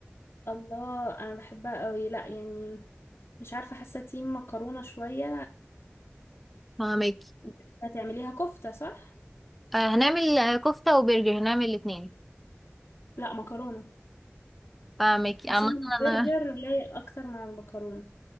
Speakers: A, on the left; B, in the centre.
A: الله انا بحبها قوي لا يعني مش عارفة حاسة تيم مكرونة شوية
B: فاهمكي
A: انت هتعمليها كفتة صح؟
B: آه، هنعمل آه، كفته وبرجر هنعمل الاثنين
A: لا مكرونة
B: فاهمكي
A: عشان
B: عامه
A: البرجر
B: انا
A: لايق أكتر مع المكرونة